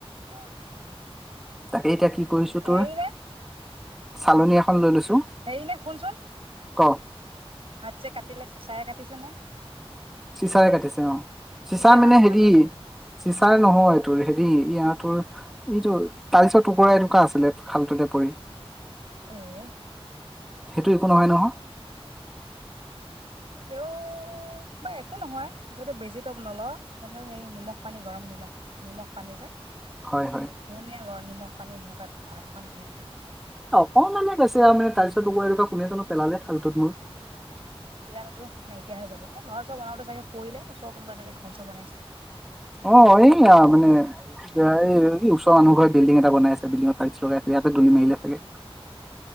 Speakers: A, on the right; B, in the centre.
A: অ'।
B: তাতে এতিয়া কি কৰিছ
A: হেৰি
B: তই?
A: নে
B: চালনী এখন লৈ লৈছো।
A: হেৰি নে শুনচোন,
B: ক
A: হাত যে কাটিলে চিচাৰে কাটিছে নে?
B: চিচাৰে কাটিছে অ', চিচাৰ
A: তিতেনাছ
B: মানে
A: এটা
B: হেৰি
A: লৈ ল'বি
B: চিচাৰ নহয় তোৰ হেৰি, ইয়া তোৰ এইটো, তাইলছৰ টুকুৰা এটুকা আছিলে, খালটোতে পৰি।
A: এ,
B: সেইটো একো নহই নহয়।
A: তেওঁও বা একো নহয়, যদি বেজিটো নলৱ, তেনেহলে সেই নিমখ পানী গৰম নিমখ নিমখ পানী যে।
B: হয়, হয়।
A: কুহুমীয়া গৰ নিমখ পানী এনেকুৱাত হাতখন ধুই দিবি।
B: অকমানে বেছি আৰু মানে তাইলছৰ টুকুৰা এটোকা কোনে জানো পেলালে খালটোত মোৰ।
A: বীজানুটো নাইকিয়া হৈ যাব। এই ঘৰ চৰ বনাওঁতে চাগে পৰিলে, ওচৰ কোনোবা চাগে ঘৰ চৰ বনাইছিল।
B: অ', এইয়া মানে এতিয়া এই ওচৰৰ মানুহঘৰে বিল্ডিং এটা বনাই আছে, বিল্ডিঙত টাইলছ লগাই আছে, ইয়াতে দলি মাৰিলে চাগে।